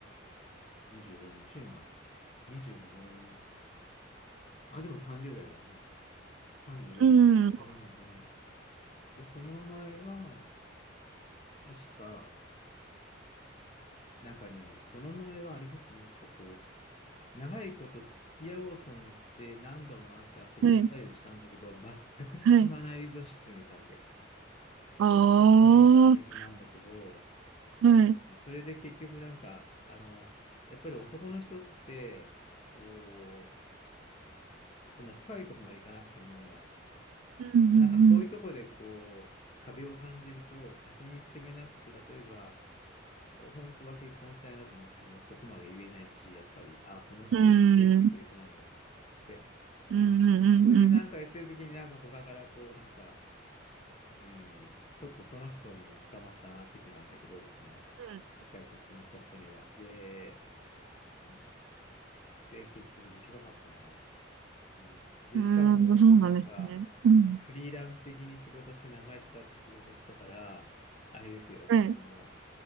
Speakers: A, on the left (about 35°); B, on the right (about 85°).
A: ?25 年でしょ今。27年前。あ、でも30代だ。うん。34歳。
B: うん。うん。
A: そんなもん。うん。で、その前は、確か、なんかね、その前はあれですよ。なんかこう、長いこと付き合おうと思って何度も会って遊びに行ったりもしたんだけど、
B: はい。
A: 全く進まない女子っていうのがいたわけ。
B: はい。ああ、
A: すごい優しい子なんだけど、
B: はい。
A: うん、それで結局なんか、あの、やっぱり男の人って、こう、そんな深いとこまでいかなくても、
B: うんう
A: なんかそういうとこでこう、
B: ん
A: 壁を感じると先に進めなくて、例えば、本当は結婚したいなと思ってもそこまで言えないし、やっぱり、ああ、この人を受け入れてくれてないのかなとかって、
B: うん。うん。
A: うん。
B: うんうんうんうん。
A: それでなんかやってる時になんか他からこう、なんか、うん、ちょっとその人には捕まったなっていうふうになるんだけど、その、
B: うん。
A: 一回結婚した人には。で、うんで、結局短かったな、あれ。うんで、
B: うん。
A: しかも、
B: うーん、そうなんですね。
A: なんか、
B: うん。
A: フリーランス的に仕事して名前使って仕事したから、あれですよ、
B: はい。
A: あの、